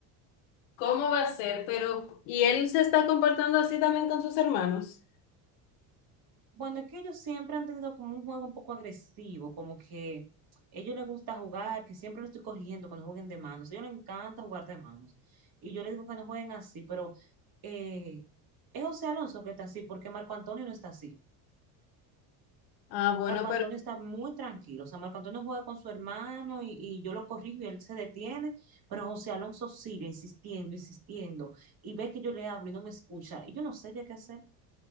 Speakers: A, on the left; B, on the right.
A: ¿Cómo va a ser? Pero, ¿Y él se está comportando así también con sus hermanos?
B: Bueno, es que ellos siempre han tenido como un juego un poco agresivo, como que a ellos les gusta jugar, que siempre lo estoy corrigiendo cuando jueguen de manos. A ellos les encanta jugar de manos. Y yo les digo que no jueguen así, pero eh, es José Alonso que está así, porque Marco Antonio no está así.
A: Ah, bueno,
B: Marco Antonio
A: pero...
B: está muy tranquilo. O sea, Marco Antonio juega con su hermano y, y yo lo corrijo y él se detiene, pero José Alonso sigue insistiendo, insistiendo, y ve que yo le hablo y no me escucha. Y yo no sé ya qué hacer.